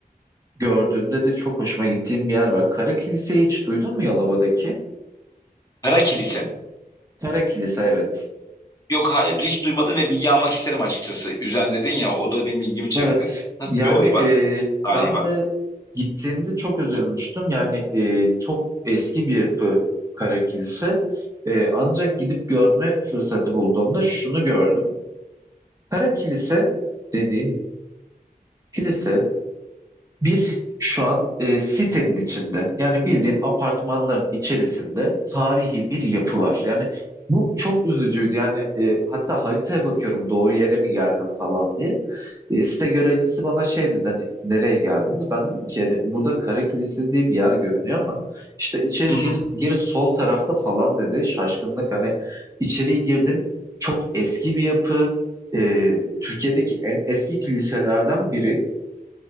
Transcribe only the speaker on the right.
gördüğümde de çok hoşuma gittiğim bir yer var. Kara Kilise'yi hiç duydun mu Yalova'daki?
Kara Kilise evet.
Evet.
Yani
e,
ben
de gittiğimde çok üzülmüştüm. Yani e, çok eski bir yapı Kara Kilise. E, ancak gidip görme fırsatı bulduğumda şunu gördüm. Kara Kilise dediğim kilise bir şu an e, sitenin içinde yani bildiğin apartmanların içerisinde tarihi bir yapı var. Yani bu çok üzücüydü yani e, hatta haritaya bakıyorum doğru yere mi geldim falan diye. E, site görevlisi bana şey dedi hani nereye geldiniz? Ben dedim ki hani burada Kara Kilisesi diye bir yer görünüyor ama işte içeri
gir, gir sol tarafta falan dedi şaşkınlık hani içeriye girdim çok eski bir yapı. E, Türkiye'deki en eski kiliselerden biri.